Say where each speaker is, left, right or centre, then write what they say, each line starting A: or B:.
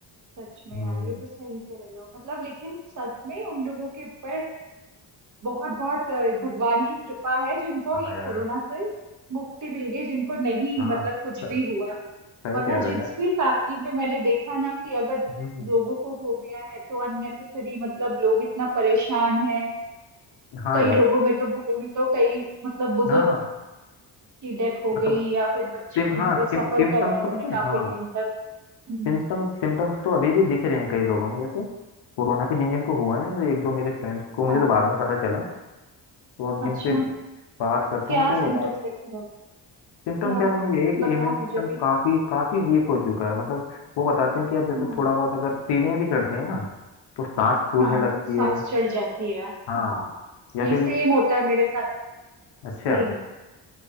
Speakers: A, on the right; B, on the left.
A: सच में
B: हम्म,
A: यार ये तो सही कह रहे हो मतलब लेकिन सच में उन लोगों के ऊपर बहुत बहुत अ, भगवान की कृपा है जिनको
B: हाँ
A: ये
B: यार
A: कोरोना से मुक्ति मिल गई जिनको नहीं
B: हाँ
A: मतलब कुछ
B: स-
A: भी हुआ
B: सही
A: वरना
B: कह रहे
A: जिस
B: हो यार
A: भी फैमिली में मैंने देखा ना कि अगर
B: हम्म,
A: लोगों को हो गया है तो अननेसेसरी मतलब लोग इतना परेशान हैं
B: हाँ
A: कई
B: यार
A: लोगों में तो घरों में तो कई मतलब बुजुर्ग
B: हाँ
A: की डेथ हो
B: मतलब
A: गई या फिर बच्चे
B: सिम
A: मतलब
B: हाँ सिम
A: सफर
B: सिम्टम्स
A: करा उन्होंने
B: तो पता
A: काफी
B: है हाँ
A: टाइम तक हम्म,
B: सिम्टम सिम्टम्स तो अभी भी दिख रहे हैं कई लोगों में जैसे कोरोना के जिन जिन को हुआ है ना जैसे एक दो मेरे फ्रेंड्स को मुझे
A: हाँ
B: तो बाद में पता चला तो अब जिनसे
A: अच्छा
B: बात करता
A: क्या
B: हूँ तो
A: सिम्टम्स
B: वो बता
A: दिख रहे हैं क्या
B: सिम्टम्स यार उन्हें यही है कि
A: बताओ
B: इम्यून सिस्टम
A: मुझे भी
B: काफी काफी वीक हो चुका है मतलब वो बताते हैं कि अब जैसे
A: हाँ
B: थोड़ा बहुत अगर सीढ़ियाँ भी चढ़ते हैं ना तो सांस फूलने
A: हाँ
B: लगती
A: सांस
B: है
A: चढ़ जाती है
B: हाँ
A: हाँ
B: या
A: ये
B: फिर
A: सेम होता है मेरे साथ
B: अच्छा
A: सेम